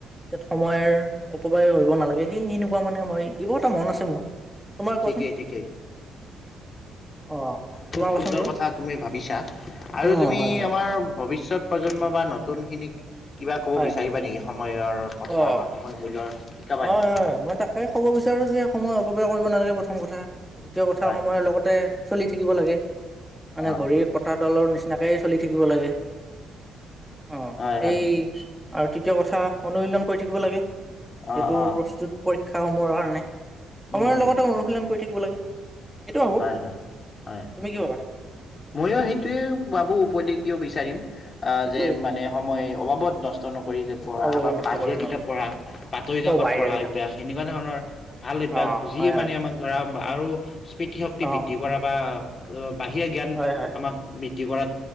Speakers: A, in the centre; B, on the left.
A: এ, সময়ৰ অপবায় কৰিব নালাগে সেই সেনেকুৱা মানে মই এইবোৰ এটা মন আছে মোৰ, তোমাৰ কোৱাচোন
B: ঠিকেই- ঠিকেই
A: অ তোমাৰ
B: খুব
A: কোৱাচোন
B: সুন্দৰ
A: বাৰু
B: কথা তুমি ভাবিছা। আৰু
A: অ
B: তুমি
A: হয় হয়
B: আমাৰ, ভৱিষ্যত প্ৰজন্ম বা নতুন খিনিক, কিবা ক'ব
A: হয়
B: বিচাৰিবা নেকি সময়ৰ কথা
A: অ
B: বা সময় মূল্যৰ? শিকাবা
A: হয়-
B: নেকি
A: হয় মই, তাকে ক'ব বিচাৰো যে, সময় অপবয় কৰিব নালাগে প্ৰথম কথা, দ্বিতীয় কথা,
B: হয়
A: সময়ৰ লগতে চলি থাকিব লাগে মানে
B: অ
A: ঘড়ীৰ কটাত, তলৰ নিচিনাকেই চলি থাকিব লাগে। অ
B: হয় হয়
A: এই আৰু তৃতীয় কথা অনুশীলন কৰি থাকিব লাগে
B: অ
A: এইটো
B: অ
A: প্ৰস্তুত পৰীক্ষ শিক্ষাসমূহৰ কাৰণে সময়ৰ
B: উম উম
A: লগতে অনুশীলন কৰি থাকিব লাগে এইটো ভাবো
B: হয়
A: তুমি
B: হয় হয়
A: কি ভাবা
B: ময়ো সেইটোৱে বাবু উপদেশ দিব বিচাৰিম আহ
A: ঠিকেই।
B: যে মানে সময় অবাবত নষ্ট নকৰি যে পঢ়া
A: অভাৱ
B: বা
A: নষ্ট
B: বাহিৰা
A: কৰিব
B: কিতাপ
A: নালাগে
B: পঢ়া বাতৰি কাকত
A: অ বাহিৰা
B: পঢ়া
A: কিতাপ
B: অভ্য়াস এনেকুৱা ধৰণৰ ভাল অভ্যাস
A: অ
B: যিয়ে
A: হয় হয়
B: মানে আমাক ধৰা আৰু স্মৃতিশক্তি
A: অ
B: বৃদ্ধি কৰা বা অ বাহিৰা জ্ঞান
A: হয় হয়
B: আমাক দি কৰাত